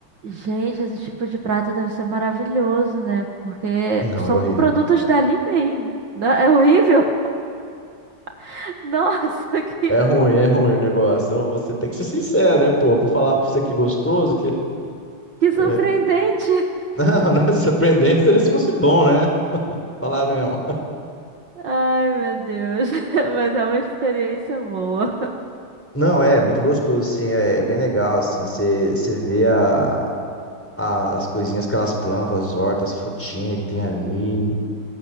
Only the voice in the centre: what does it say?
Não,
é horrível.
É ruim, é ruim o negócio. Ô, Você tem que ser sincero, né, pô? Vou falar pra você que é gostoso, que é...
<laughs>
Não, não é surpreendente seria se fosse bom, né? Falar mesmo.
Não, é muito gostoso, assim, é, é bem legal, assim, você você vê a, a- as coisinhas que elas plantam, as hortas, as frutinhas que tem ali.